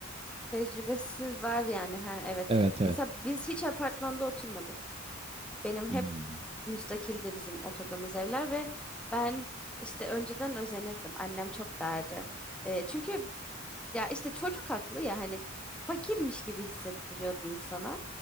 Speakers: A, in the centre; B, on the right.
A: Tecrübesiz var yani. Ha, evet.
B: Evet evet.
A: Mesela biz hiç apartmanda oturmadık. Benim hep
B: Hmm.
A: müstakildi bizim oturduğumuz evler ve ben işte önceden özenirdim. Annem çok derdi. E, çünkü Ya işte çocuk haklı ya hani fakirmiş gibi hissettiriyordu insana.